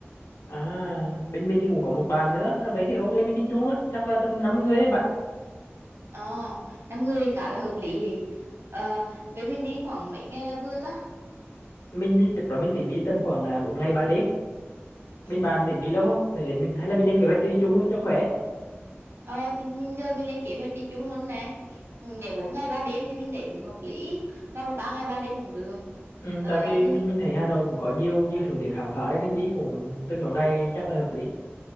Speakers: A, on the left; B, on the right.
A: À, bên mình thì cũng có một bạn nữa. À, Vậy thì ok mình đi chung luôn. Chắc là tầm 5 người ấy bạn.
B: ờ năm người khá là hợp lý ờ vậy mình đi khoảng mấy ngày là vừa ta
A: Mình thì trước đó mình tính đi tầm khoảng à, 4 ngày 3 đêm. Bên
B: ừ.
A: bạn tính đi lâu không? Để, để mình, hay là mình lên kế hoạch đi chung luôn cho khỏe.
B: ờ thì mình giờ mình lên kế hoạch đi chung luôn nè Ừ, nếu bốn ngày ba đêm thì mình thấy cũng hợp lý hoặc là ba ngày ba đêm cũng được
A: Ừ,
B: ờ
A: tại vì
B: mình
A: mình mình thấy Hà Nội cũng có nhiều nhiều thứ để khám phá cho nên đi cũng từng đó ngày chắc là hợp lý.